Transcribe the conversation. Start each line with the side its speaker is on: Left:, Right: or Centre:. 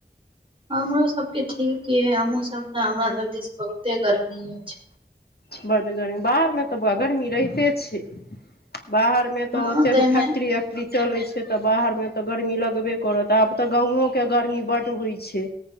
Right: हमरो सबके ठीक यै, हमहुँ सब तऽ हमरा सब दिस बहुते गर्मी अइछ।
Left: बड गर्मी, बाहर में तऽ बौआ गर्मी रहिते छै, बाहर में तऽ
Right: हँ
Left: ओतेक
Right: तइमे
Left: फैक्ट्री- एक्ट्री चलै छै, तऽ बाहर में तऽ गर्मी लगबे करत, आब तऽ गाँंवों के गर्मी बड होइ छै,